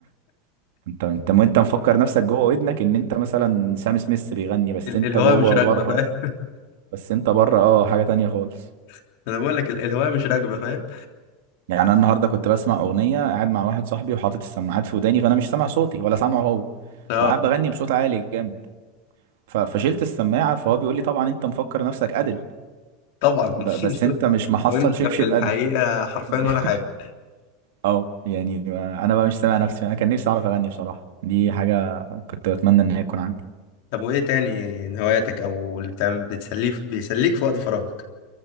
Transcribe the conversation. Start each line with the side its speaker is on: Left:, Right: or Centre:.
Right: انت انت انت مفكر نفسك جوه ودنك ان انت مثلا سام سميث بيغني بس
Left: ال-
Right: انت
Left: الهواء
Right: جوه
Left: مش راكبه
Right: بره
Left: فاهم
Right: بس انت بره اه حاجة تانية خالص
Left: <laughs> انا بقول لك ال- الهواء مش راكبه فاهم
Right: يعني انا النهارده كنت بسمع اغنية قاعد مع واحد صاحبي وحاطط السماعات في وداني فانا مش سامع صوتي ولا سامعه هو
Left: اه
Right: وقاعد بغني بصوت عالي جامد ف- فشلت السماعه فهو بيقول لي طبعا انت مفكر نفسك ادل
Left: طبعا <laughs>
Right: ب- بس انت مش محصل
Left: وانت
Right: شبشب
Left: في الحقيقه
Right: ادل
Left: حرفيا
Right: <laughs>
Left: ولا حاجه
Right: اه يعني انا بقى مش سامع نفسي انا كان نفسي اعرف اغني بصراحه دي حاجه كنت بتمنى ان هي تكون عندي
Left: طب وايه تاني من هواياتك او اللي بتعمل بتسليه في- بيسليك في وقت فراغك